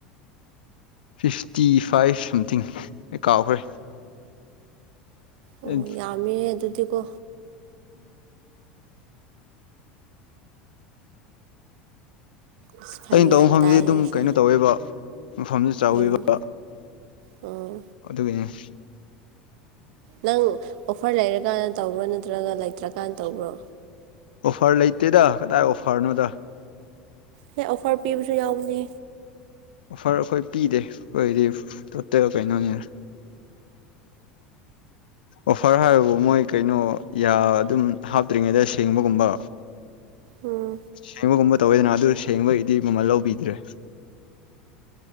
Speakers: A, on the left; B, on the right.
A: ꯐꯤꯐꯇꯤ ꯐꯥꯏꯚ ꯁꯝꯊꯤꯡ ꯑꯦ ꯀꯥꯎꯈ꯭ꯔꯦ
B: ꯑꯣ
A: ꯎꯝ
B: ꯌꯥꯝꯃꯤꯍꯦ ꯑꯗꯨꯗꯤꯀꯣ ꯑꯁ ꯐꯥꯒꯤ
A: ꯑꯩꯅ ꯇꯧꯕ
B: ꯌꯥꯝ
A: ꯃꯐꯝꯗꯤ
B: ꯇꯥꯏꯍꯦ
A: ꯑꯗꯨꯝ
B: ꯁꯤ
A: ꯀꯩꯅꯣ ꯇꯧꯋꯦꯕ ꯃꯐꯝꯗꯨ ꯆꯥꯎꯋꯦꯕ
B: ꯎꯝ ꯎꯝ
A: ꯑꯗꯨꯅꯦꯅꯦ
B: ꯅꯪ ꯑꯣꯐꯔ ꯂꯩꯔꯀꯥꯟꯗ ꯇꯧꯕ꯭ꯔꯣ ꯅꯠꯇ꯭ꯔꯒ ꯂꯩꯇ꯭ꯔꯀꯥꯟꯅ ꯇꯧꯕ꯭ꯔꯣ
A: ꯑꯣꯐꯔ ꯂꯩꯇꯦꯗ ꯀꯗꯥꯏ ꯑꯣꯐꯔꯅꯣꯗ
B: ꯍ ꯑꯣꯐꯔ ꯄꯤꯕꯁꯨ ꯌꯥꯎꯅꯤ
A: ꯐꯔ ꯑꯩꯈꯣꯏ ꯄꯤꯗꯦ ꯑꯩꯈꯣꯏꯗꯤ ꯇꯣꯇꯦꯜ ꯀꯩꯅꯣꯅꯤꯅ <inaudible> ꯑꯣꯐꯔ ꯍꯥꯏꯕꯕꯨ ꯃꯣꯏ ꯀꯩꯅꯣ ꯑꯗꯨꯝ ꯍꯥꯞꯇ꯭ꯔꯤꯉꯩꯗ ꯁꯦꯡꯕꯒꯨꯝꯕ
B: ꯎꯝ
A: ꯁꯤꯃꯒꯨꯝ ꯇꯧꯋꯦꯗꯅ ꯑꯗꯨ ꯁꯦꯡꯕꯒꯤꯗꯤ ꯃꯃꯜ ꯂꯧꯕꯤꯗ꯭ꯔꯦ